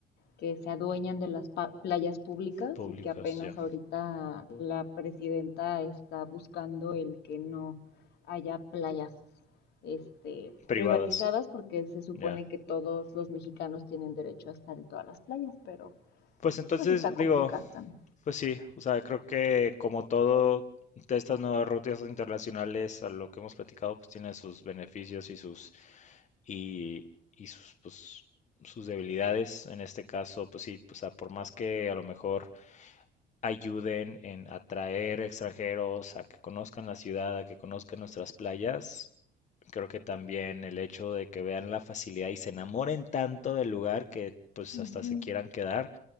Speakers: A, on the left; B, on the left.
A: que se adueñan de las playas públicas
B: Públicas,
A: y que apenas
B: ya.
A: ahorita la presidenta está buscando el que no haya playas este,
B: Privadas,
A: privatizadas, porque se supone
B: ya.
A: que todos los mexicanos tienen derecho a estar en todas las playas, pero
B: Pues entonces,
A: pues está complicado
B: digo,
A: también.
B: pues sí, o sea, creo que como todo de estas nuevas rutas internacionales a lo que hemos platicado, pues tiene sus beneficios y sus y, y sus pues, sus debilidades. En este caso, pues sí, o sea, por más que a lo mejor ayuden en atraer extranjeros a que conozcan la ciudad, a que conozcan nuestras playas. Creo que también el hecho de que vean la facilidad y se enamoren tanto del lugar que pues
A: Ujú.
B: hasta se quieran quedar